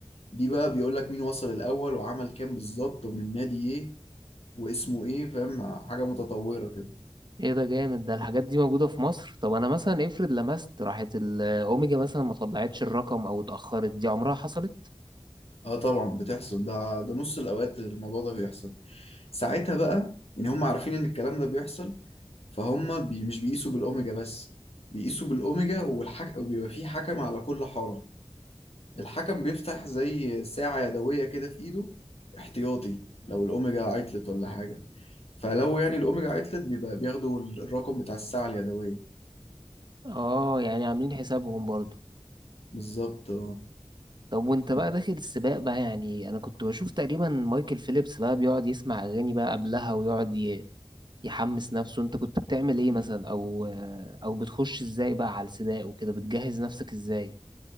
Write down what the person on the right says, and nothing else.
ايه ده جامد ده الحاجات دي موجودة في مصر طب انا مثلا افرض لمست راحت الاوميجا مثلا ما طلعتش الرقم او اتأخرت دي عمرها حصلت
اه يعني عاملين حسابهم برضو
طب وانت بقى داخل السباق بقى يعني انا كنت بشوف تقريبا مايكل فيليبس بقى بيقعد يسمع اغاني بقى قبلها ويقعد ي... يحمس نفسه انت كنت بتعمل ايه مثلا او او بتخش ازاي بقى على السباق وكده بتجهز نفسك ازاي